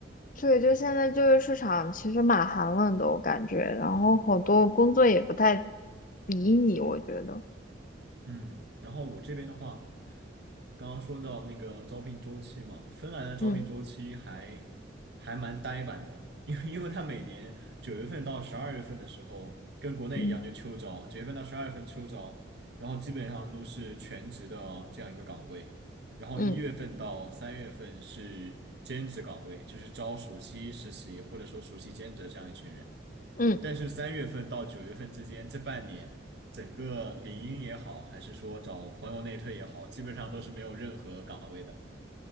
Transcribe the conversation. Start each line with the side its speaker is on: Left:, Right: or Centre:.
Left: 对，就现在就业市场其实蛮寒冷的，我感觉，然后好多工作也不太
Right: 嗯。
Left: 理你，我觉得，
Right: 嗯，然后我这边的话，刚刚说到那个招聘周期嘛，芬兰的招聘周期还还蛮呆板的，
Left: 嗯
Right: <laughs> 因为因为它每年九月份到十二月份的时候，跟国内一样就秋招，
Left: 嗯，
Right: 九月份到十二月份秋招，然后基本上都是全职的这样一个岗位，然后一月份到三月份是兼职岗位，
Left: 嗯
Right: 就是招暑期实习或者说暑期兼职这样一群人。
Left: 嗯
Right: 但是三月份到九月份之间这半年，整个领英也好，还是说找朋友内推也好，基本上都是没有任何岗位的。